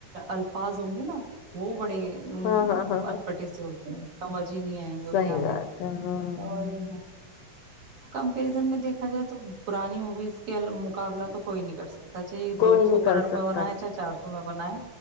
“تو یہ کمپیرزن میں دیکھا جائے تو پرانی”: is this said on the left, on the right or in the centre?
Right